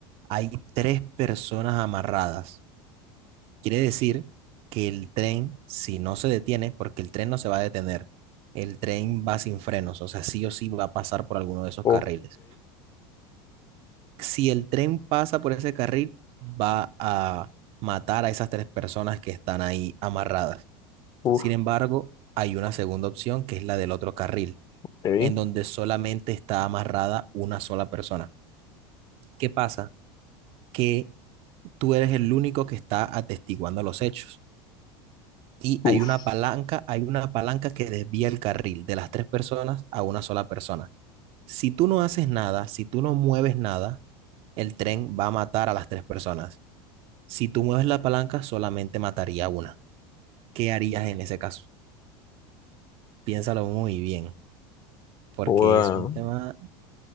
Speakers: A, on the right (about 50°); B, on the left (about 35°).
A: hay tres personas amarradas. Quiere decir que el tren, si no se detiene, porque el tren no se va a detener, el tren va sin frenos, o sea, sí o sí va a pasar por alguno de esos
B: Ok.
A: carriles. Si el tren pasa por ese carril, va a matar a esas tres personas que están ahí amarradas.
B: Uf.
A: Sin embargo, hay una segunda opción que es la del otro carril,
B: Ok.
A: en donde solamente está amarrada una sola persona. ¿Qué pasa? Que tú eres el único que está atestiguando los hechos. Y
B: Uf.
A: hay una palanca, hay una palanca que desvía el carril de las tres personas a una sola persona. Si tú no haces nada, si tú no mueves nada, el tren va a matar a las tres personas. Si tú mueves la palanca, solamente mataría una. ¿Qué harías en ese caso? Piénsalo muy bien, porque
B: Joda.
A: es un tema...